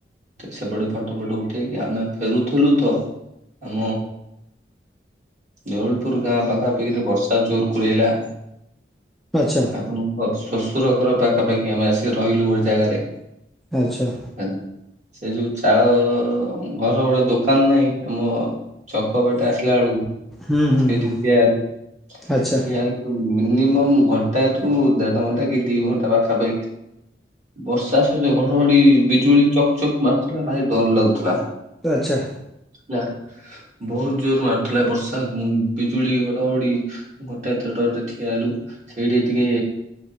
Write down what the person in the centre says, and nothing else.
ଆଚ୍ଛା
ଆଚ୍ଛା।
ହୁଁ ହୁଁ
ହୁଁ
ଆଚ୍ଛା
ଆଚ୍ଛା।